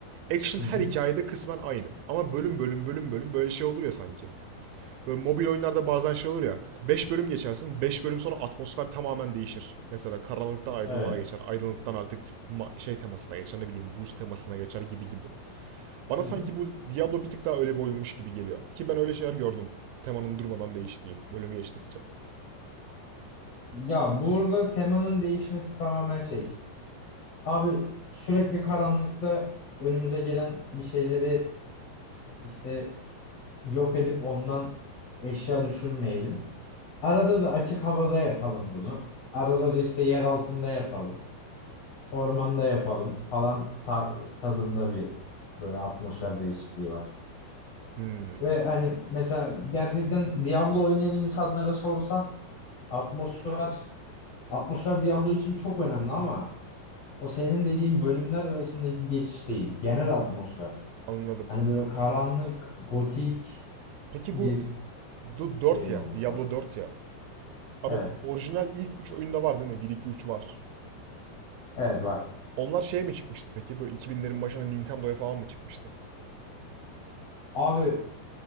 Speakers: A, on the right; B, on the left.
A: Action
B: hı
A: her
B: hı,
A: hikayede kısmen aynı. Ama bölüm bölüm bölüm bölüm böyle şey olur ya sanki. Böyle mobil oyunlarda bazen şey olur ya. beş bölüm geçersin. beş bölüm sonra atmosfer tamamen değişir. Mesela karanlıktan aydınlığa
B: evet.
A: geçer. Aydınlıktan artık şey temasına geçer. Ne bileyim buz temasına geçer gibi gibi. Bana
B: Hı
A: sanki
B: hı.
A: bu Diablo bir tık daha öyle bir oyunmuş gibi geliyor. Ki ben öyle şeyler gördüm. Temanın durmadan değiştiği bölüm geçtikçe.
B: Ya burada temanın değişmesi tamamen şey. Abi sürekli karanlıkta önümüze gelen bir şeyleri işte yok edip ondan eşya düşürmeyelim. Arada da açık havada yapalım bunu. Arada da işte yer altında yapalım. Ormanda yapalım falan ta- tadında bir böyle atmosfer değişikliği var.
A: Hmm,
B: Ve hani mesela gerçekten Diablo oynayan insanlara sorsan atmosfer atmosfer Diablo için çok önemli ama o senin dediğin bölümler arasındaki geçiş değil. Genel atmosfer.
A: anladım.
B: Hani böyle karanlık, gotik
A: Peki
B: bir
A: bu du- 4
B: şeyin
A: ya.
B: olması
A: Diablo
B: lazım.
A: Dört ya. Abi
B: Evet.
A: orijinal ilk 3 oyunda var değil mi? Bir 2 3 var.
B: Evet var.
A: Onlar şeye mi çıkmıştı peki? Böyle iki binlerin başına Nintendo'ya falan mı çıkmıştı?
B: Abi